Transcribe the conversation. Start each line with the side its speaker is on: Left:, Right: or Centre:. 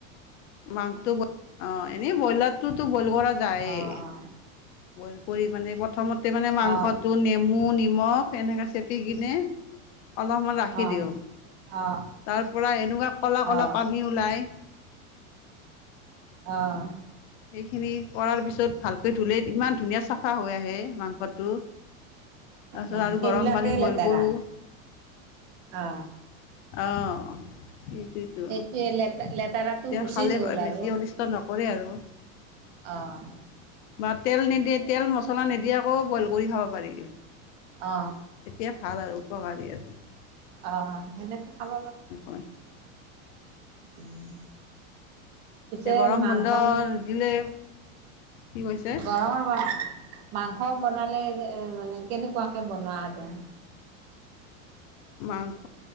Left: মাংসটো ব অঁ এনেই বইলাৰটোতো বইল কৰা যায়েই।
Right: অ অ
Left: বইল কৰি মানে প্ৰথমতে মানে মাংসটো
Right: অ অ
Left: নেমু-নিমখ এনেকে চেপি কিনে- অলপমান ৰাখি
Right: অ
Left: দিওঁ
Right: অ অ
Left: তাৰ পৰা এনেকুৱা ক'লা ক'লা
Right: অ
Left: পানী ওলাই-
Right: অঁ'
Left: সেইখিনি কৰাৰ পিছত ভালকে ধুলে ইমান ধুনীয়া চাফা হৈ আহে মাংসটো। তাপাছত
Right: অ
Left: আৰু
Right: সেইবিলাকেই
Left: গৰম পানীত বইল
Right: লেতেৰা
Left: কৰো।
Right: অ
Left: অঁ' সেইটোৱেতো
Right: সেইটোৱে লেপে লেপ- তাৰা
Left: এতিয়া
Right: তো গুচি
Left: খালে
Right: গ'ল
Left: বেছি
Right: আৰু
Left: অনিষ্ট নকৰে আৰু
Right: অঁ।
Left: বা তেল নিদিয়ে তেল-মছলানিদিয়াকৈয়ো বইল কৰি খাব পাৰি।
Right: অ
Left: এতিয়া ভাল আৰু উপকাৰী এইটো,
Right: অ সেনেকে খাব
Left: নহয়।
Right: উম' পিছে
Left: এতিয়া গৰম
Right: মাংস
Left: বন্ধ
Right: বন-
Left: দিলে কি কৈছে
Right: গৰমৰ বন- মাংস বনালে মানে কেনেকুৱাকে বনোৱা যায়।
Left: মাংস